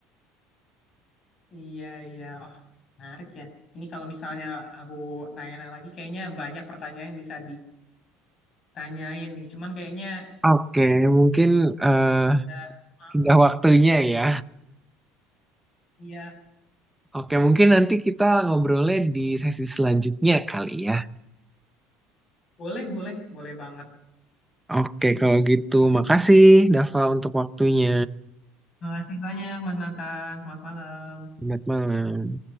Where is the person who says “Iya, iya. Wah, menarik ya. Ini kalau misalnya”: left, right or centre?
Left